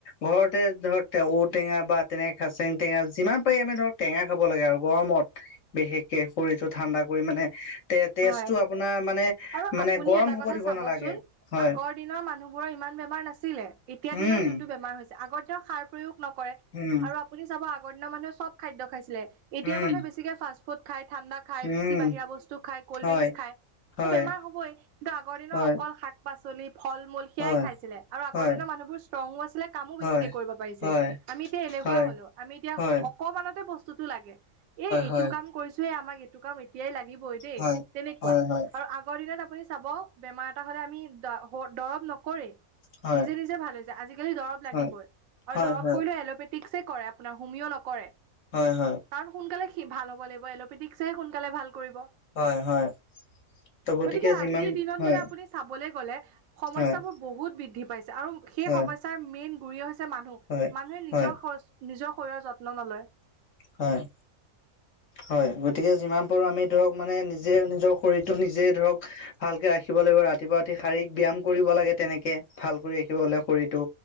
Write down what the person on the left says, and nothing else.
ঘৰতে ধৰক ঔটেঙা বা তেনেকে খাচেং টেঙা যিমান পাৰি আমি ধৰক টেঙা খাব লাগে আৰু গৰমত। বিশেষকে শৰীৰটো ঠাণ্ডা কৰি মানে তে-তেজটো
আপোনাৰ মানে
মানে
গৰম
হ'ব
দিব
নালাগে হয়
উম
উম
উম
উম
হয়
হয়
হয়
হয়
হয়
হয়
হয়
হয়
হয়
হয়
হয়
হয় হয়
হয়
হয়
হয়
হয় হয় হয়
হয় হয় হয়
হয়, হয়। ত'
যিমান
হয়
হয়
হয়
হয়
হয়
হয়। হয় গতিকে যিমান পাৰোঁ আমি ধৰক মানে নিজে নিজৰ শৰীৰটো নিজে ধৰক ভালকে ৰাখিব লাগিব ৰাতিপুৱা ৰাতি শাৰীৰিক ব্যায়াম কৰিব লাগে, তেনেকে ভাল কৰি ৰাখিব হ'লে শৰীৰটো।